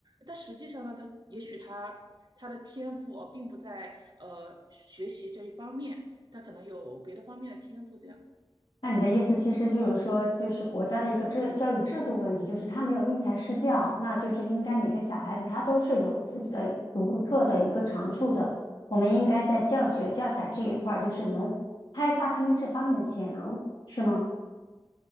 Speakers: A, on the right; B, on the left.
A: 但实际上呢，他也许他他的天赋哦，并不在呃学习这一方面，他可能有别的方面的天赋。这样，
B: 那你的意思其实就是说，就是国家的一个制教育制度问题，就是他没有因材施教，那就是应该每个小孩子他都是有自己的独特的一个长处的。我们应该在教学教材这一块，儿，就是能开发他们这方面的潜能，是吗？